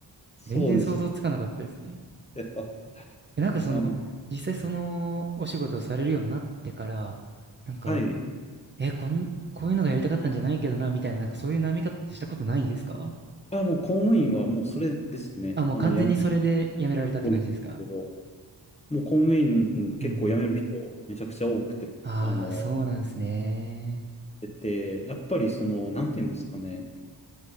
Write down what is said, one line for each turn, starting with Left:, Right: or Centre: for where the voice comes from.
Left: そうです。
Right: 全然想像つかなかったですね。
Left: それは
Right: え、なんかその、
Left: なん、
Right: 実際そのお仕事をされるようになってから、なんか、
Left: はい。
Right: え、こん、こういうのがやりたかったんじゃないけどな、みたいな、なんかそういう悩み方ってしたことないですか
Left: あ、もう公務員はもうそれですね。
Right: あ、もう完全にそれでやめられたって感じですか
Left: あの、辞める人多いんですけど、もう公務員結構辞める人めちゃくちゃ多くて、
Right: うんうん。ああ、
Left: あの、
Right: そうなんですね。
Left: 出て、やっぱりその、なんていうんですかね。